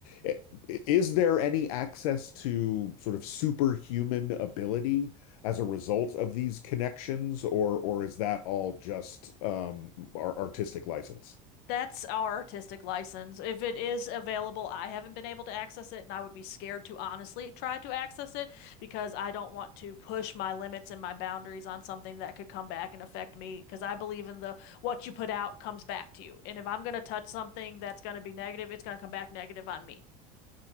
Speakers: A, on the left; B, on the left.
A: I- Is there any access to sort of superhuman ability? as a result of these connections, or or is that all just um, our artistic license?
B: That's our artistic license. If it is available, I haven't been able to access it, and I would be scared to honestly try to access it because I don't want to push my limits and my boundaries on something that could come back and affect me. Because I believe in the what you put out comes back to you. And if I'm going to touch something that's going to be negative, it's going to come back negative on me.